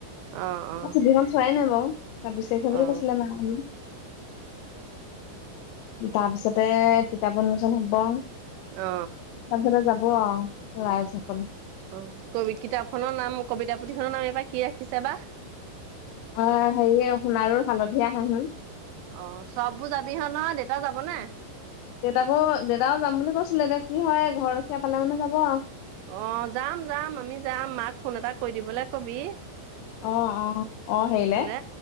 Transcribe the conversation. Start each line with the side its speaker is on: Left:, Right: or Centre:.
Right: অ অ
Left: চিঠিখন চোৱাই নাই বাৰু ছাবিছ তাৰিখে বুলি
Right: অ
Left: কৈছিলে মাহেতি তাৰ পিছতে কিতাপ উন্মোচন হব
Right: অ
Left: চানচতে যাব আও ৰাইজসকল
Right: অ কবি কিতাপ খনৰ নাম কবিতা পুথিখনৰ নাম এবা কি ৰাখিছে বা
Left: অ হেৰিয়ে সোণাৰুৰ হালধীয়া হাঁহি
Right: অ চব বোৰ যাবি হ নহয় দেউতাও যাব নে
Left: দেউতাকো দেউতাও যাম বুলি কৈছিলে এতিয়া কি হয় ঘৰ ৰখীয়া পালে মানে যাব আও
Right: অ যাম যাম আমি যাম মাক ফোন এটা কৰি দিবলৈ কবি।
Left: অ অ অ হেৰিলে
Right: এইফালে